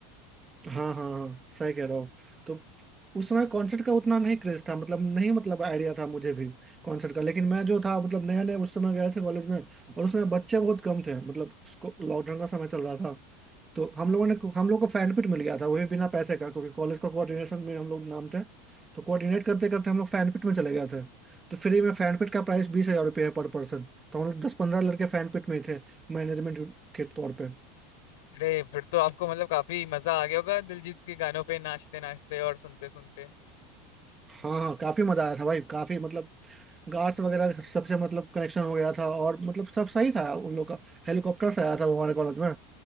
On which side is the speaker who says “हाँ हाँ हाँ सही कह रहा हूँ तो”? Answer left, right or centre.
Right